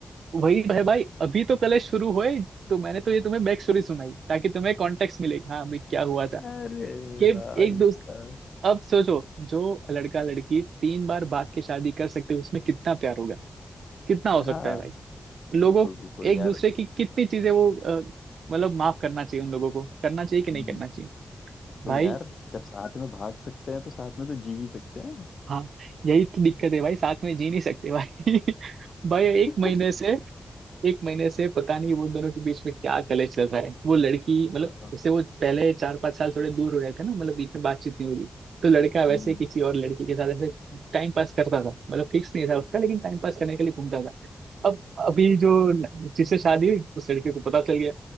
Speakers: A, on the right; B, on the left.
A: वही है भाई अभी तो कलेश शुरू हुए तो मैंने तो ये तुम्हें बैक स्टोरी सुनाई ताकि तुम्हें कॉन्टेक्स्ट मिले हाँ भाई क्या हुआ था
B: अरे
A: कि
B: भाई
A: एक दो
B: साहब
A: अब सोचो जो लड़का लड़की तीन बार भाग के शादी कर सकते हैं उसमें कितना प्यार होगा कितना हो सकता
B: हाँ
A: है भाई लोगों
B: बिल्कुल बिल्कुल
A: एक
B: यार
A: दूसरे की कितनी चीजें वो अ, मतलब माफ करना चाहिए उन लोगों को करना चाहिए कि नहीं
B: हम्म
A: करना चाहिए
B: बिल्कुल
A: भाई
B: यार जब साथ में भाग सकते हैं तो साथ में तो जी ही सकते हैं
A: हाँ यही तो दिक्कत है भाई साथ में जी नहीं सकते भाई <laughs> भाई एक
B: <laughs>
A: महीने से एक महीने से पता नहीं वो दोनों के बीच में क्या कलेश चल रहा है वो लड़की मतलब
B: अ,
A: जैसे वो पहले चार पांच साल थोड़े दूर हो गए थे ना मतलब बीच में बातचीत नहीं हुई थी तो लड़का वैसे
B: हम्म
A: किसी और लड़की के साथ ऐसे टाइम पास करता था मतलब फिक्स नहीं था उसका लेकिन टाइम पास करने के लिए घूमता था अब अभी जो न- जिससे शादी हुई उस लड़के को पता चल गया